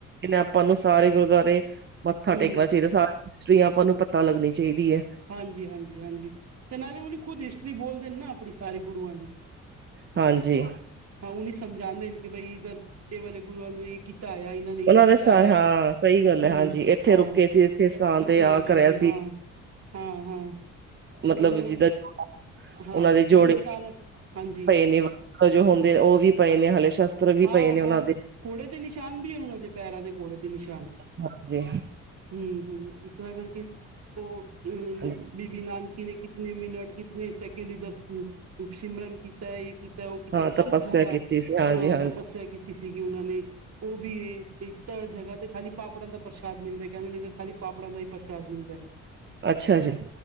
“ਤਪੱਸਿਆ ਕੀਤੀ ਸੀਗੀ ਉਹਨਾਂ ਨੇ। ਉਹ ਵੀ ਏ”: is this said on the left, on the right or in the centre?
Right